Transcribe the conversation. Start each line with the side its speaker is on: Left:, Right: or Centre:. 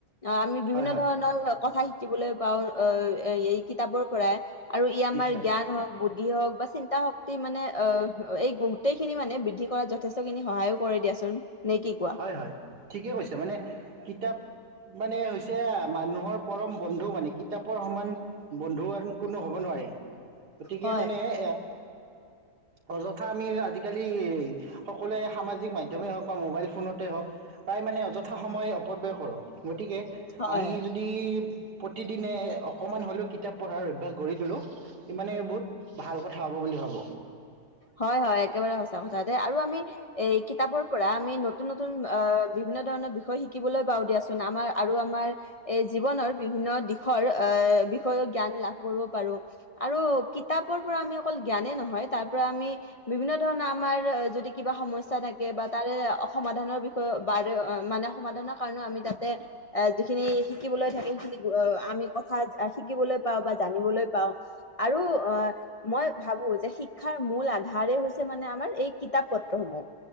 Left: অহ আমি বিভিন্ন
Right: হয় হয়
Left: ধৰণৰ কথা শিকিব শিকিবলৈ পাওঁ অহ, এই কিতাপৰ পৰাই আৰু ই আমাৰ
Right: নিশ্চয়
Left: জ্ঞান হওঁক বুদ্ধি হওঁক বা চিন্তা শক্তি মানে অহ এই গোটেইখিনি মানে বৃদ্ধি কৰাত যথেষ্টখিনি সহায়ো কৰে দিয়াচোন। নে কি কোৱা
Right: হয় হয় ঠিকে কৈছা, মানে কিতাপ মানে হৈছে মানুহৰ পৰম বন্ধু মানে কিতাপৰ সমান বন্ধু কোনো হ'ব নোৱাৰে। গতিকে
Left: হয়
Right: মানে এ অযত কথা আমি আজিকালি সকলোৱে সামাজিক মাধ্যমে হওঁক বা মোবাইল ফোনতেই হওঁক, প্ৰায় মানে অযথা সময় অপব্যয় কৰোঁ গতিকে
Left: হয়
Right: আমি যদি প্ৰতিদিনে অকমান হ'লেও কিতাপ পঢ়াৰ অভ্যস কৰি তোলো, ই মানে বহুত ভাল কথা হ'ব বুলি হ'ব।
Left: হয় হয় একেবাৰে সঁচা কথা। তে' আৰু আমি এই কিতাপৰ পৰা আমি নতুন নতুন‌ অহ বি বিভিন্ন ধৰণৰ বিষয় শিকিবলৈ পাওঁ দিয়াচোন, আমাৰ আৰু আমাৰ এ জীৱনৰ বিভিন্ন দিশৰ এ বিষয়ে জ্ঞান লাভ কৰিব পাৰোঁ আৰু কিতাপ কিতাপৰ পৰা আমি অকল জ্ঞানে নহয় তাৰ তাৰপৰা আমি বিভিন্ন ধৰণৰ আমাৰ যদি কিবা সমস্যা থাকে বা তাৰে অ সমাধানৰ বিষয়ে বাৰে মানে সমাধানৰ কাৰণেও আমি তাত এ যিখিনি শিকিবলৈ থাকে সেইখিনি অহ আমি কথা শিকিবলৈ পাওঁ বা জানিবলৈ পাওঁ আৰু অ' মই ভাবো যে শিক্ষাৰ মূল আধাৰেই হৈছে মানে আমাৰ এই কিতাপ পত্ৰসমূহ